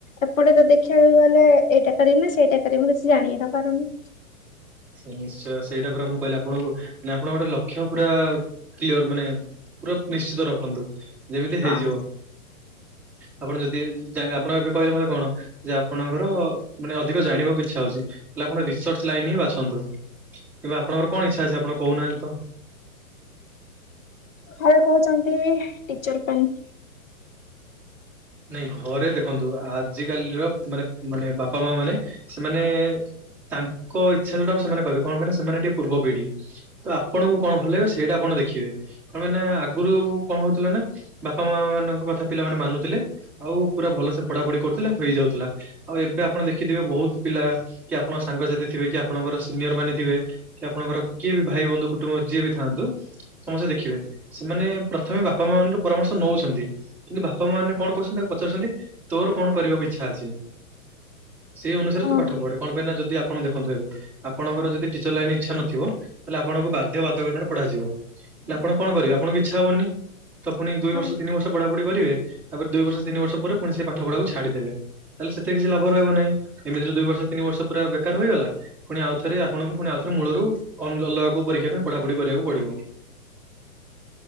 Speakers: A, on the left (about 60°); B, in the centre.
A: ଏପଟେ ତ ଦେଖିବାକୁ ଗଲେ ଏଇଟା କରିବୁ ନା ସେଇଟା କରିିବୁ ମୁଁ କିଛି ଜାଣି ଜାଣି ତ ପାରୁନି।
B: ସେ ନିଶ୍ଚୟ ସେଇଟା ପୁରା ମୁଁ କହିଲି ଆପଣଙ୍କୁ ମାନେ ଆପଣଙ୍କ ଗୋଟେ ଲକ୍ଷ୍ୟ ପୁରା କ୍ଲିଅର ମାନେ ପୁରା ନିଶ୍ଚିତ ରଖନ୍ତୁ ଯେମିତି ହେଇଯିବ।
A: ହଁ
B: ଆପଣ ଯଦି ଚାହିଁବେ ଆପଣ ଏବେ କହିଲେ ମତେ କଣ ଯେ ଆପଣଙ୍କର ମାନେ ଅଧିକ ଜାଣିବାକୁ ଇଚ୍ଛା ହଉଚି। ହେଲେ ଆପଣ ରିସର୍ଚ୍ଚ ଲାଇନି ହିଁ ବା ବାଛନ୍ତୁ ଏବେ ଆପଣଙ୍କର କଣ ଇଛା ଅଛି ଆପଣ କହୁନାହାନ୍ତି ତ?
A: ଘରେ କହୁଛନ୍ତି ଟିଚର ପାଇଁ।
B: ନାଇଁ ଘରେ ଦେଖନ୍ତୁ ଆଜିକାଲିର ମାନେ ମାନେ ବାପା ମା ମାନେ ସେମାନେ ତାଙ୍କ ଇଚ୍ଛା ଯୋଉଟା ସେମାନେ କହିବେ। କଣ ପାଇଁ ନା ସେମାନେ ଟିକେ ପୂର୍ବ ପିଢ଼ି। ତ ଆପଣଙ୍କୁ କଣ ଭଲ ଲାଗିବ ସେଇଟା ଆପଣ ଦେଖିବେ କଣ ପାଇଁ ନା ଆଗରୁ କଣ ହଉଥିଲା ନା ବାପା ମା ମାନଙ୍କ କଥା ପିଲାମାନେ ମାନୁଥିଲେ। ଆଉ ପୁରା ଭଲସେ ପଢା ପଢି କରୁଥିଲେ ହେଇଯାଉଥିଲା। ଆଉ ଏବେ ଆପଣ ଦେଖିଥିବେ ବହୁତ ପିଲା କି ଆପଣଙ୍କ ସାଙ୍ଗସାଥି ଥିବେ କି ଆପଣଙ୍କର ସିନିୟର ମାନେ ଥିବେ କି ଆପଣଙ୍କର କିଏ ବି ଭାଇ ବନ୍ଧୁ କୁଟୁମ୍ବ ଯିଏ ବି ଥାନ୍ତୁ ସମସ୍ତେ ଦେଖିବେ। ସେମାନେ ପ୍ରଥମେ ବାପା ମାାନଙ୍କର ପରାମର୍ଶ ନଉଛନ୍ତି ।କିନ୍ତୁ ବାପା ମାନେ କଣ କରୁଛନ୍ତି ତାକୁ ପଚାରୁଛନ୍ତି ତୋର କଣ କରିବାକୁ ଇଚ୍ଛା ଅଛି? ସେଇ ଅନୁସାରେ
A: ହଁ
B: ତୁ ପାଠ ପଢେ କଣ ପାଇଁ ନା ଯଦି ଆ ଆପଣ ଦେଖନ୍ତୁ ଏବେ ଆପଣଙ୍କର ଯଦି ଟିଚର ଲାଇନ ଇଚ୍ଛା ନଥିବ ତାହେଲେ ଆପଣଙ୍କୁ ବାଧ୍ୟ ବାଧକତାରେ ପଢାଯିବ। ହେଲେ ଆପଣ କଣ କରିବେ ଆପଣଙ୍କ ଇଚ୍ଛା ହବନି। ତ ପୁଣି ଦୁଇ
A: ହଁ
B: ବର୍ଷ ତିନିବର୍ଷ ପଢାପଢି କରିବେ। ତାପରେ ଦୁଇ ବର୍ଷ ତିନିବର୍ଷ ପରେ ପୁଣି ସେଇ ପାଠ ପଢାକୁ ଛାଡି ଦେବେ। ତାହେଲେ ସେଥିରେ କିଛି ଲାଭ ରହିବନି। ଏମତି ଦୁଇ ବର୍ଷ ତିିନି ବର୍ଷ ପୁରା ବେକାର ହୋଇଗଲା। ପୁଣି ଆଉଥରେ ଆପଣଙ୍କୁ ପୁଣି ଆଉଥରେ ମୂଳରୁ ଅନ୍ୟ ଅଲଗା କୋଉ ପରୀକ୍ଷା ପାଇଁ ପଢାପଢି କରିବାକୁ ପଡ଼ିବ।